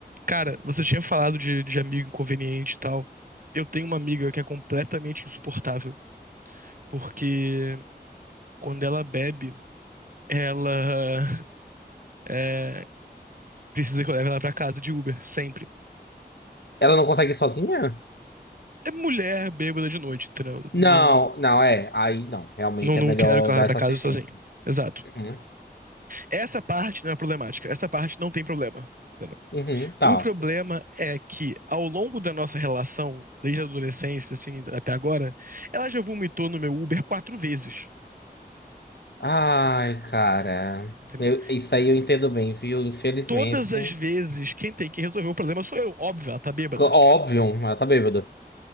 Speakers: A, on the right (about 55°); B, on the left (about 80°).
A: Cara, você tinha falado de, de amigo inconveniente e tal. Eu tenho uma amiga que é completamente insuportável, porque quando ela bebe, ela <laughs> é, precisa que eu leve ela pra casa de Uber, sempre.
B: Ela não consegue ir sozinha?
A: É mulher bêbada de noite, entendeu? Não,
B: Não, não, é. Aí não, realmente
A: não, não
B: é melhor
A: quero que ela
B: dar
A: vá pra
B: essa
A: casa
B: assistência.
A: sozinha. Exato.
B: Uhum,
A: Essa parte não é problemática. Essa parte não tem problema. entendeu?
B: uhum, tá.
A: O problema é que, ao longo da nossa relação, desde a adolescência, assim, até agora, ela já vomitou no meu Uber quatro vezes.
B: Ai, cara.
A: entendeu?
B: Eu- isso aí eu entendo bem, viu? Infelizmente.
A: todas as
B: C-
A: vezes, quem tem que resolver o problema sou eu. Óbvio, ela tá bêbada.
B: Óbvio, ela tá bêbada.